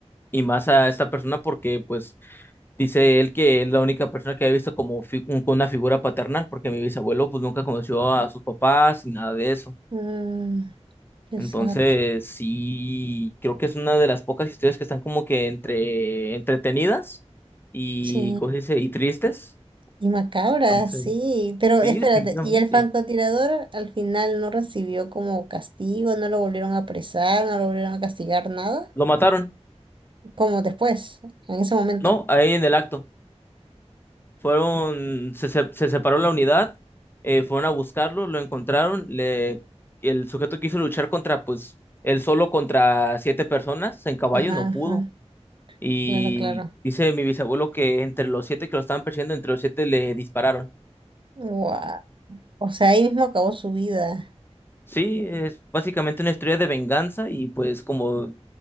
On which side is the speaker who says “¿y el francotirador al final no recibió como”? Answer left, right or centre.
Right